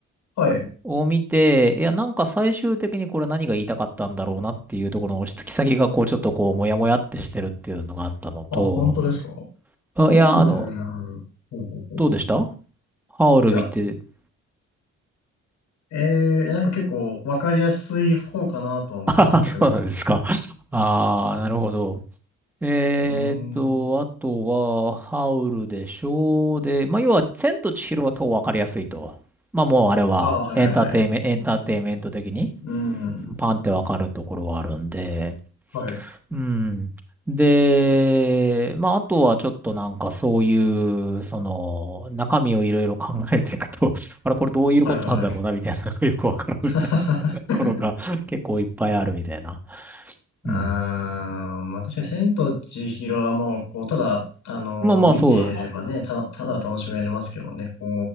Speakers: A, on the left (about 80°); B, in the centre.
A: はい。
B: を見て、いや、なんか最終的にこれ何が言いたかったんだろうなっていうところの落ち着き先が、こう、ちょっとこう、もやもやってしてるっていうのがあったのと、
A: あ、本当ですか
B: あ、
A: ファウ
B: いや、あの、
A: ル。ほうほうほう。
B: どうでしたハウル見て、
A: いや、
B: <laughs>
A: えー、なんか結構わかりやすい方かなとは思ったんですけど。
B: ああ、そうなんですか。ああ、なるほど。えーっと、
A: うーん。
B: あとは、ハウルでしょう。で、まあ、要は、千と千尋は今日わかりやすいと。まあ、もうあれは、
A: ああ、はいはいはい。
B: エンターテイメンエンターテイメント的に。
A: うん。
B: パンってわかるところはあるんで、
A: はい。
B: うん。で、まあ、あとはちょっとなんかそういう、その、中身をいろいろ考えていくと、<laughs> あれこれどういうことなんだろうな、
A: はいはいはい。
B: みたいなのがよくわからんみたいなところが結構いっぱいあるみたいな。
A: <laughs> あー、
B: うん。
A: まあ確かに千と千尋はもう、こう、ただ、あのー見ていればね、
B: まあまあ、そう。
A: た、ただ楽しめれますけどね、こう、